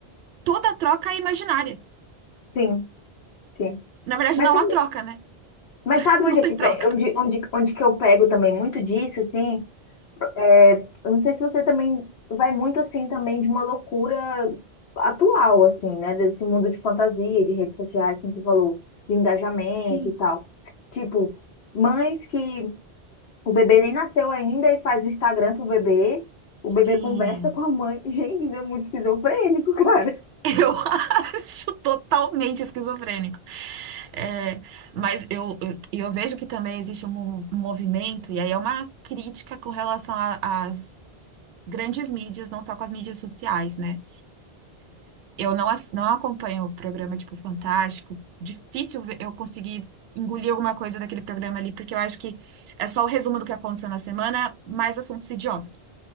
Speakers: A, on the right; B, on the left.
A: toda troca é imaginária.
B: Sim, sim.
A: Na verdade,
B: Mas
A: não
B: sabe,
A: há troca, né?
B: mas
A: <laughs>
B: sabe onde,
A: Não
B: é
A: tem
B: que pe-
A: troca.
B: onde, onde, onde que eu pego também muito disso, assim? É, eu não sei se você também vai muito assim também de uma loucura atual, assim, né? Desse mundo de fantasia, de redes sociais, como você falou, de engajamento
A: Sim.
B: e tal. Tipo, mães que O bebê nem nasceu ainda e faz o Instagram pro bebê. O
A: Sim.
B: bebê conversa com a mãe. <laughs> Gente, isso é muito esquizofrênico, cara.
A: Eu <laughs> acho totalmente esquizofrênico. É, mas eu, eu, eu vejo que também existe um mo- um movimento, e aí é uma crítica com relação a- às grandes mídias, não só com as mídias sociais, né? Eu não, ass- não acompanho o programa tipo Fantástico, difícil ver- eu conseguir engolir alguma coisa daquele programa ali, porque eu acho que é só o resumo do que aconteceu na semana, mais assuntos idiotas.